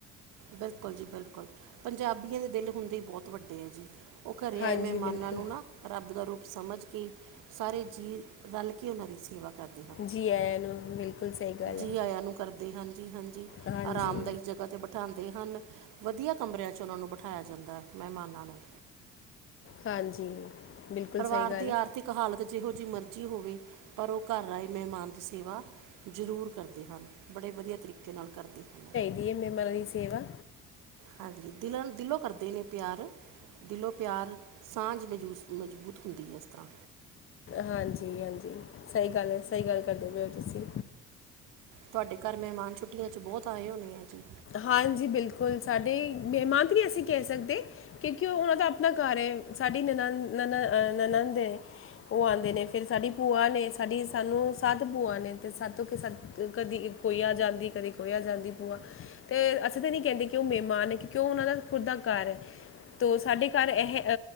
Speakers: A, on the right (about 65°); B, on the left (about 40°).
A: ਬਿਲਕੁਲ ਜੀ-ਬਿਲਕੁਲ, ਪੰਜਾਬੀਆਂ ਦੇ ਦਿਲ ਹੁੰਦੇ ਹੀ ਬਹੁਤ ਵੱਡੇ ਹੈ ਜੀ। ਉਹ ਘਰੇ
B: ਹਾਂਜੀ
A: ਆਏ ਮਹਿਮਾਨਾਂ
B: ਬਿਲਕੁਲ
A: ਨੂੰ ਨਾ ਰੱਬ ਦਾ ਰੂਪ ਸਮਝ ਕੇ ਸਾਰੇ ਜੀਵ ਰਲ ਕੇ ਉਹਨਾਂ ਦੀ ਸੇਵਾ ਕਰਦੇ। ਹਨ
B: ਜੀ ਆਇਆ ਨੂੰ ਬਿਲਕੁਲ ਸਹੀ ਗੱਲ
A: ਜੀ
B: ਹੈ
A: ਆਇਆ ਨੂੰ ਕਰਦੇ ਹਾਂਜੀ-ਹਾਂਜੀ,
B: ਹਾਂਜੀ
A: ਆਰਾਮਦਾਇਕ ਜਗ੍ਹਾਂ ਬਠਾਂਦੇ ਹਨ, ਵਧੀਆ ਕਮਰਿਆਂ 'ਚ ਉਹਨਾਂ ਨੂੰ ਬਿਠਾਇਆ ਜਾਂਦਾ ਮਹਿਮਾਨਾਂ ਨੂੰ।
B: ਹਾਂਜੀ ਬਿਲਕੁਲ
A: ਪਰਿਵਾਰ
B: ਸਹੀ ਗੱਲ
A: ਦੀ
B: ਹੈ
A: ਆਰਥਿਕ ਹਾਲਤ ਜਿਹੋ ਜਿਹੀ ਮਰਜ਼ੀ ਹੋਵੇ, ਪਰ ਉਹ ਘਰ ਆਏ ਮਹਿਮਾਨ ਦੀ ਸੇਵਾ ਜ਼ਰੂਰ ਕਰਦੇ ਹਨ, ਬੜੇ ਵਧੀਆ ਤਰੀਕੇ ਨਾਲ ਕਰਦੇ ਹਨ।
B: ਦੀਏ ਮੈਮਰਾਂ ਦੀ ਸੇਵਾ।
A: ਹਾਂਜੀ, ਦਿਲਾਂ ਦਿਲੋਂ ਕਰਦੇ ਨੇ ਪਿਆਰ ਦਿਲੋਂ ਪਿਆਰ ਸਾਂਝ ਮੂ ਮਜ਼ਬੂਤ ਹੁੰਦੀ ਹੈ ਇਸ ਤਰ੍ਹਾਂ।
B: ਹਾਂਜੀ -ਹਾਂਜੀ, ਸਹੀ ਗੱਲ ਹੈ, ਸਹੀ ਗੱਲ ਕਰਦੇ ਪਏ ਹੋ ਤੁਸੀਂ
A: ਤੁਹਾਡੇ ਘਰ ਮਹਿਮਾਨ ਛੁੱਟੀਆਂ ਚ ਬਹੁਤ ਆਏ ਹੋਣੇ ਆ ਜੀ।
B: ਹਾਂਜੀ ਬਿਲਕੁਲ, ਸਾਡੇ ਮਹਿਮਾਨ ਤਾਂ ਨਹੀਂ ਅਸੀਂ ਕਹਿ ਸਕਦੇ। ਕਿਉਂਕਿ ਓਹ ਓਹਨਾਂ ਦਾ ਆਪਣਾ ਘਰ ਐ ਸਾਡੀ ਨਨਾਨ ਨਨਨ ਨਨਨ ਨਨਦ ਏ। ਉਹ ਆਂਦੇ ਨੇ ਫੇਰ ਸਾਡੀ ਭੂਆ ਨੇ ਸਾਡੀ ਸਾਨੂੰ ਸੱਤ ਭੂਆ ਨੇ ਤੇ ਸੱਤ ਹੋ ਕੇ ਕਦੀ ਇੱਕ ਕੋਈ ਆ ਜਾਂਦੀ, ਕਦੀ ਕੋਈ ਆ ਜਾਂਦੀ ਭੂਆ। ਅਤੇ ਅਸੀਂ ਤਾਂ ਨਹੀਂ ਕੈਂਦੇ ਕਿ ਉਹ ਮੇਮਾਨ ਨੇ ਕਿਉਂਕਿ ਉਹਨਾਂ ਦਾ ਖੁੁਦ ਦਾ ਘਰ ਹੈ। ਤੋ ਸਾਡੇ ਘਰ ਇਹ,